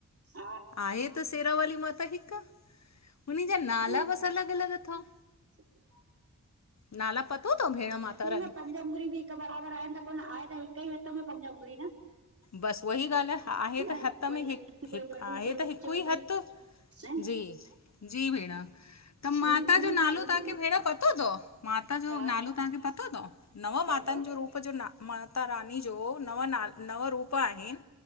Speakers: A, on the right; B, on the left.
A: हा
B: आहे त सेरा वाली माता हिकु। उन्हीन जा नाला
A: हा
B: बस अलॻि -अलॻि अथव।
A: सही ॻाल्हि आ।
B: नाला पतो तव भेण? माता रानी
A: न पंज उंॻरी बि हिकु बराबरि आहे त कोन, आहे त हिक ई हथ में पंज उंॻरी न?
B: बसि उहा ई ॻाल्हि आहे। आहे
A: ह
B: त
A: न
B: हथ
A: कोई
B: में
A: नंढी
B: हिकु,
A: कोई
B: हिकु
A: वॾी
B: आहे
A: कोई
B: त
A: विचोली
B: हिकु ई हथु।
A: न
B: जी, जी भेण, त माता
A: इन
B: जो नालो
A: इन
B: तांखे भेण पतो तव? माता जो
A: छा
B: नालो तहांखे पतो तव्? नव
A: कंहिंजो
B: माताउन जो रुप पो जो न, माता रानी जो नव ना, नव रूप आहिन,